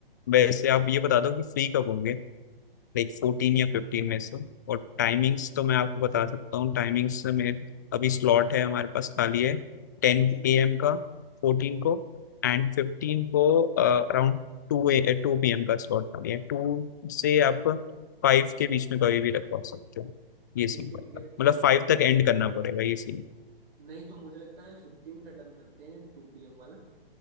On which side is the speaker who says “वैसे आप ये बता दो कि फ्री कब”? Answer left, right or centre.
Left